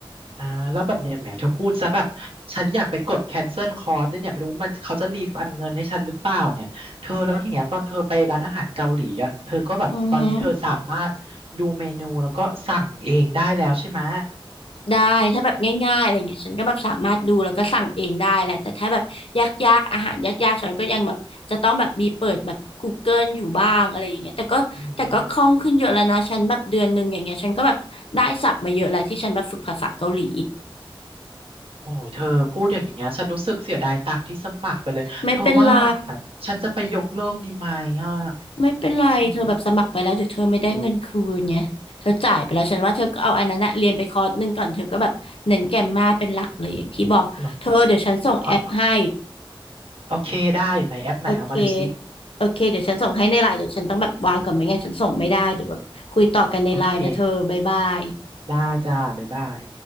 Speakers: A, on the right; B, on the left.
A: อ่าแล้วแบบเนี่ยแหมเธอพูดซะแบบฉันอยากไปกดแคนเซิลคอร์สด้วยเนี่ยไม่รู้มันเขาจะรีฟันเงินให้ฉันหรือเปล่าเนี่ยเธอแล้วที่เนี้ยตอนเธอไปร้านอาหารเกาหลีอ่ะเธอก็แบบตอนนี้เธอสามารถดูเมนูแล้วก็สั่งเองได้แล้วใช่ไหม
B: อือฮึได้ถ้าแบบง่ายๆอะไรเงี้ยฉันก็แบบสามารถดูแล้วก็สั่งเองได้แหละแต่ถ้าแบบยากๆอาหารยากๆฉันก็ยังแบบจะต้องแบบมีเปิดแบบ Google อยู่บ้างอะไรอย่างเงี้ยแต่ก็แต่ก็คล่องขึ้นเยอะแล้วนะฉันแบบเดือนหนึ่งอย่างเงี้ยฉันก็แบบได้ศัพท์มาเยอะแล้วที่ฉันแบบฝึกภาษาเกาหลี
A: อืมโอ้เธอพูดอย่างเงี้ยฉันรู้สึกเสียดายตังค์ที่สมัครไปเลยเธอว่า
B: ไม่เป็นไร
A: ฉันจะไปยกเลิกดีไหมอ่ะ
B: ไม่เป็นไรเธอแบบสมัครไปแล้วเดี๋ยวเธอไม่ได้เงินคืนไงเธอจ่ายไปแล้วฉันว่าเธอก็เอาอันนั้นนะเรียนไปคอร์สหนึ่งก่อนเธอก็แบบเน้นแกรมมาเป็นหลักเลยอย่างที่บอกเธอเดี๋ยวฉันส่งแอปให้
A: อืมเหรออ๋อโอเคได้ไหนแอปไหนเอามาดูซิ
B: โอเคโอเคเดี๋ยวฉันส่งให้ในไลน์เดี๋ยวฉันต้องแบบวางก่อนไม่งั้นฉันส่งไม่ได้เดี๋ยวแบบคุยต่อกันในไลน์นะเธอบ๊ายบาย
A: โอเคได้จ้าบ๊ายบาย